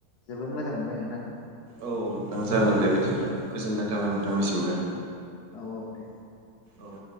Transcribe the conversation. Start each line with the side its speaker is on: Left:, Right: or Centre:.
Left: जोबोद मोजां मोनबाय नोंथां?
Right: औ नोंथां जागोन दे बिदिब्ला गोजोननाय थाबाय
Left: औ
Right: नोंथांनिसिमबो।
Left: औ औ दे
Right: औ